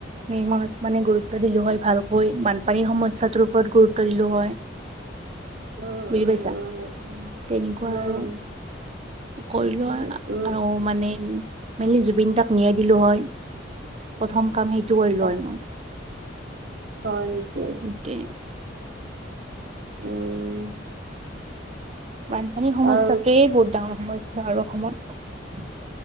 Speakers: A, on the right (about 35°); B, on the right (about 55°).
A: নিৰ্মাণত মানে গুৰুত্ব দিলো হয় ভালকৈ বানপানীৰ সমস্যাটোৰ ওপৰত গুৰুত্ব দিলো হয় <inaudible>
B: উম,
A: বুজি
B: উম,
A: পাইছা
B: উম,
A: তেনেকুৱা
B: উম,
A: আৰু কৰিলো
B: উম,
A: আ
B: উম,
A: আৰু মানে মেইনলি জুবিন দাক ন্যাই দিলো হয় প্ৰথম কাম সেই কৰিলো
B: আপ
A: হয় মই
B: হয় নিকি
A: সেইটোৱে,
B: উম।
A: বানপানীৰ সমস্যাকে
B: আৰু
A: বহুত ডাঙৰ সমস্যা আৰু অসমত